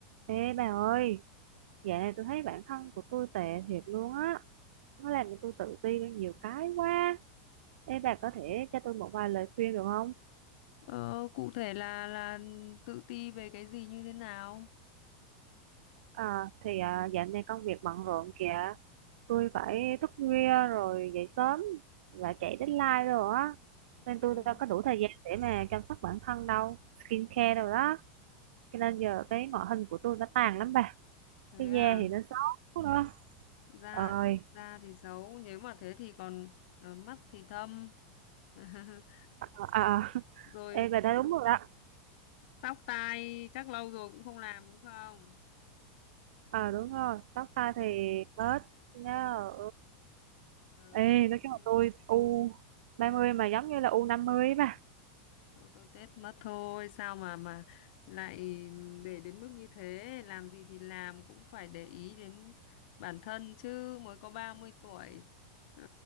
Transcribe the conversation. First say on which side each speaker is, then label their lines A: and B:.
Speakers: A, on the right; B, on the left.
A: Ê bà ơi, dạo này tôi thấy bản thân của tôi tệ thiệt luôn á. Nó làm cho tôi tự ti với nhiều cái quá. Ê bà có thể cho tôi một vài lời khuyên được không?
B: Ờ, cụ thể là là tự ti về cái gì như thế nào?
A: À, thì à, dạo này công việc bận rộn kìa. Tôi phải thức khuya rồi dậy sớm và chạy deadline rồi á. Nên tôi
B: Ừ,
A: đâu có đủ thời gian để mà chăm sóc bản thân đâu. Skincare đâu đó. Cho nên giờ cái ngoại hình của tôi nó tàn lắm bà.
B: thế
A: Cái
B: à,
A: da thì nó xấu nữa.
B: da
A: Ơi,
B: da thì xấu, nếu mà thế thì còn ờ, mắt thì thâm. <laughs>
A: à, à, à. <laughs>
B: Rồi
A: Ê bà nói đúng rồi đó.
B: tóc tai chắc lâu rồi cũng không làm đúng không?
A: Ờ đúng rồi, tóc tai
B: Vâng,
A: thì bớt nhớ.
B: Trời
A: Ê, nói
B: ơi.
A: chung là tôi u ba mươi mà giống như là U50 ấy bà.
B: Tôi tôi chết mất thôi, sao mà mà lại để đến mức như thế, làm gì thì làm cũng phải để ý đến bản thân chứ, mới có 30 tuổi. Ờ,